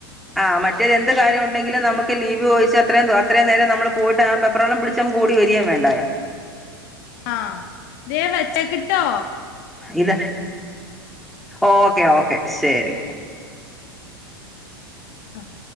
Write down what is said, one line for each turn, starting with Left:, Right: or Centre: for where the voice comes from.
Centre: ആഹ് മറ്റേത് എന്ത് കാര്യോണ്ടെങ്കിലും നമുക്ക് ലീവ് ചോയിച്ച് അത്രയും ദോ അത്രയും നേരം നമ്മള് പോയിട്ട് ആഹ് വെപ്രാളം പിടി ച്ചങ്ങ് ഓടി വരികേം വേണ്ടായോ.
Left: ആഹ് ദേ വെച്ചേക്ക്ട്ടോ.
Centre: ഇത ഓക്കെ ഓക്കെ ശരി.
Left: ആഹ്